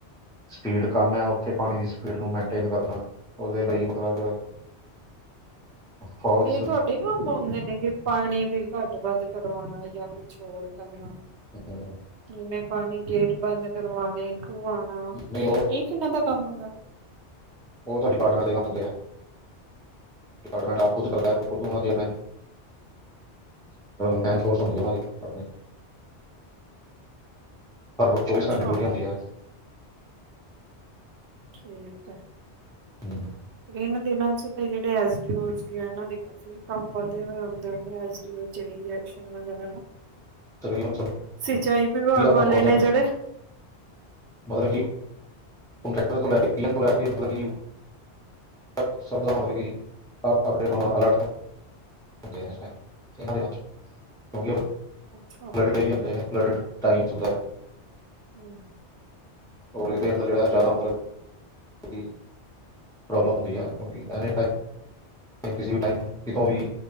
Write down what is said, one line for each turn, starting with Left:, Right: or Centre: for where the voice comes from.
Centre: ਸਪੀਡ ਕੰਮ ਏ। ਉੱਥੇ ਪਾਣੀ ਦੀ ਸਪੀਡ ਨੂੰ ਮੇਨਟੇਨ ਕਰਨਾ। ਉਹਦੇ ਲਈ ਮਤਲਬ ਫੋਲਸ
Right: ਤੇ ਤੁਹਾਡੇ ਕਿਉਂ ਪਾਉਂਦੇ ਨੇ ਕਿ, ਪਾਣੀ ਵੀ ਘੱਟ-ਵੱਧ ਕਰਵਾਉਣਾ ਜਾਂ ਕੁਛ ਹੋਰ ਕਰਨਾ।
Centre: ਹਮ।
Right: ਮੈਂ ਪਾਣੀ ਗੇਟ ਬੰਦ ਕਰਵਾਣੇ, ਖਲਵਾਉਣਾ।
Centre: ਨਹੀਂ
Right: ਇਹ ਕਿਨਾਂ ਦਾ ਕੰਮ ਹੁੰਦਾ?
Centre: ਉਹ ਤਾਂ ਡਿਪਾਰਟਮੈਂਟ ਦੇ ਕੰਮ ਹੁੰਦੇ ਆ। ਡਿਪਾਰਟਮੈਂਟ ਆਪ ਖੁਦ ਕਰਦਾ ਖੁਦ ਉਹਣਾ ਦੀ ਮ ਮੈਨ ਫੋਰਸ ਹੁੰਦੀ ਏ। ਉਹ ਦੀ ਆਪਣੀ। ਹਰ ਵ ਚੌਵੀਸ
Right: ਅੱਛਾ
Centre: ਘੰਟੇ ਡਿਊਟੀ ਹੁੰਦੀ ਆ।
Right: ਠੀਕ ਏ।
Centre: ਹਮ,
Right: ਇਹਨਾਂ ਦਿਨਾਂ 'ਚ' ਤੇ ਜਿਹੜੇ ਐਸ ਡੀ ਓ ਦੀ ਇਹਨਾ ਦੇ ਕੰਮ। ਕੰਮ ਵਧੇ ਹੋਏ ਹੁੰਦੇ ਆ। ਐਸ ਡੀ ਓ ਰਿਕੈਸਨ ਵਗੈਰਾ।
Centre: ਤਕਰੀਬਨ ਸਭੀ
Right: ਸਿੰਚਾਈ ਵਿਭਾਗ
Centre: ਦਾ
Right: ਵਾਲੇ
Centre: ਕੰਮ ਹੋ
Right: ਨੇ
Centre: ਜਾਂਦਾ
Right: ਜਿਹੜੇ।
Centre: ਹੈ। ਮਤਲਬ ਕਿ ਕੰਟਰੈਕਟਰ ਤੋਂ ਲੈ ਕੇ ਪੀ ਐਮ ਤੋਂ ਲੈ ਕੇ ਮਤਲਬ ਕਿ ਤ ਸਭ ਦਾ ਮਤਲਬ ਕਿ, ਆਪਣੇ ਅਲਰਟ ਤੋਂ। ਹੁੰਦੇ ਆ ਹਰ ਟਾਈਮ। ਇਹਨਾਂ ਦੇ ਹੱਥ 'ਚ' ਕਿਉਂਕਿ
Right: ਅੱਛਾ।
Centre: ' <unintelligible>
Right: ਹਮ।
Centre: ਔਰ ਇਹਦੇ ਅੰਦਰ ਜਿਹੜਾ ਜ਼ਿਆਦਾ ਫਿਰ ਕੀ ਪ੍ਰੋਬਲਮ ਹੁੰਦੀ ਆ, ਕਿਉਂਕਿ ਐਨੀ ਟਾਇਮ, ਕਿਸੇ ਵੀ ਟਾਈਮ, ਕਿਤੋਂ ਵੀ।